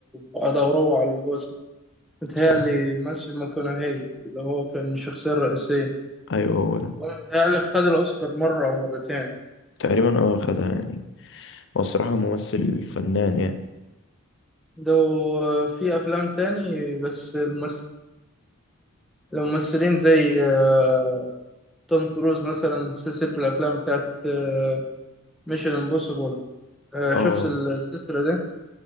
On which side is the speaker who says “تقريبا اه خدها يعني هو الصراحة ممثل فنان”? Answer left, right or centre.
Left